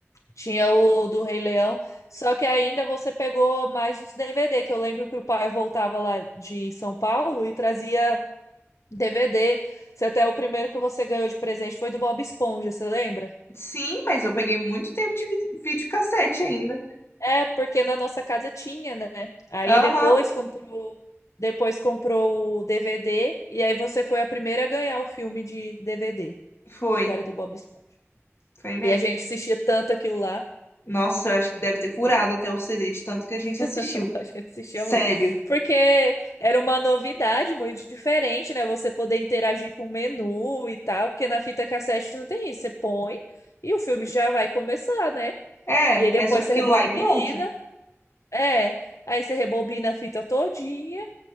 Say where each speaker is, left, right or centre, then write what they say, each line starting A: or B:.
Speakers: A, on the left; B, on the left.
A: Tinha o do Rei Leão, só que ainda você pegou mais os DVD, que eu lembro que o pai voltava lá de São Paulo e trazia DVD. Se até o primeiro que você ganhou de presente foi do Bob Esponja, você lembra?
B: Sim, mas eu peguei muito tempo de vi- videocassete ainda.
A: É, porque na nossa casa tinha, né? Aí
B: Aham,
A: depois comprou, depois comprou o DVD e aí você foi a primeira a ganhar o filme de DVD,
B: foi.
A: que era do Bob Esponja.
B: Foi mesmo.
A: E a gente assistia tanto aquilo lá.
B: Nossa, eu acho que deve ter furado até o CD de tanto que a gente
A: <laughs>
B: assistiu.
A: A gente assistia
B: Sério.
A: muito. Porque era uma novidade muito diferente, né? Você poder interagir com o menu e tal. Porque na fita cassete não tem isso. Você põe e o filme já vai começar, né?
B: É,
A: E aí depois
B: é só aquilo
A: você rebobina.
B: lá e pronto.
A: É. Aí você rebobina a fita todinha